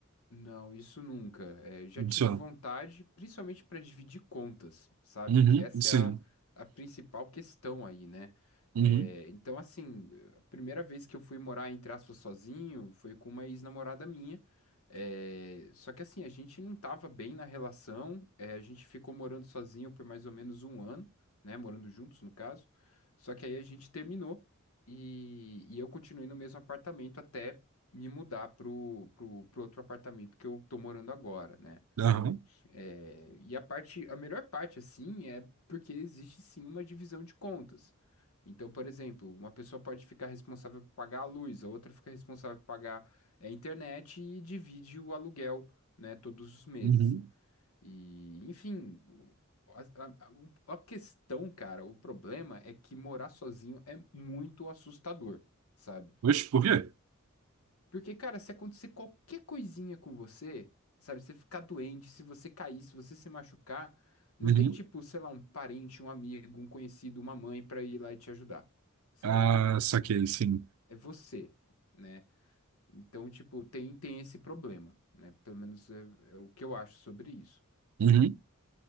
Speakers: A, on the left; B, on the right.
A: Não, isso nunca. É, já tive
B: Só.
A: vontade, principalmente para dividir contas, sabe?
B: Uhum.
A: Que essa
B: Sim.
A: é a, a principal questão aí, né?
B: Uhum.
A: É, então, assim, a primeira vez que eu fui morar, entre aspas, sozinho foi com uma ex-namorada minha. É, só que, assim, a gente não tava bem na relação, é, a gente ficou morando sozinho por mais ou menos um ano, né? Morando juntos, no caso. Só que aí a gente terminou e, e eu continuei no mesmo apartamento até me mudar pro, pro, pro outro apartamento que eu tô morando agora, né?
B: Aham.
A: É, e a parte, a melhor parte, assim, é porque existe sim uma divisão de contas. Então, por exemplo, uma pessoa pode ficar responsável por pagar a luz, a outra fica responsável por pagar é, a internet e divide o aluguel, né, todos os meses.
B: Uhum.
A: E, enfim, o- a, a o- a questão, cara, o problema é que morar sozinho é muito assustador, sabe?
B: Oxe, por quê?
A: Porque, cara, se acontecer qualquer coisinha com você, sabe, você ficar doente, se você cair, se você se machucar, não
B: Uhum.
A: tem tipo, sei lá, um parente, um amigo, um conhecido, uma mãe pra ir lá e te ajudar, sabe?
B: Ah, saquei, sim.
A: É você, né? Então, tipo, tem, tem esse problema, né? Pelo menos é, é o que eu acho sobre isso.
B: Uhum.